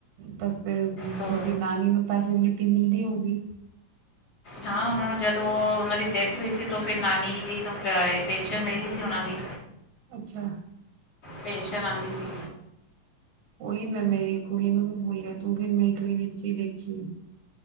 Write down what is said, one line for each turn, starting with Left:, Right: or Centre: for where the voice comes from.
Right: ਤਾਂ ਫੇਰ ਤੁਹਾਡੀ
Left: ਤੋਂ
Right: ਨਾਨੀ ਨੂੰ ਪੈਸੇ ਮਿਲ ਤੇ ਮਿਲਦੀ ਹੋਏ ਗੀ।
Left: ਹਾਂ ਉਹਨਾਂ ਨੂੰ ਜਦੋਂ ਉਹ ਉਹਨਾਂ ਦੀ ਡੈਥ ਹੋਈ ਸੀ ਤਾਂ ਫਿਰ ਨਾਨੀ ਜੀ ਨੂ ਪੈਨਸ਼ਨ ਮਿਲਦੀ ਸੀ ਉਹਨਾ ਦੀ
Right: ਅੱਛਾ
Left: ਪੈਨਸ਼ਨ ਆਂਦੀ ਸੀ
Right: ਉਹੀ ਮੈਂ ਮੇਰੀ ਕੁੜੀ ਨੂੰ ਵੀ ਬੋਲਿਆ ਤੂੰ ਫਿਰ ਮਿਲਟਰੀ ਵਿਚ ਹੀ ਦੇਖੀ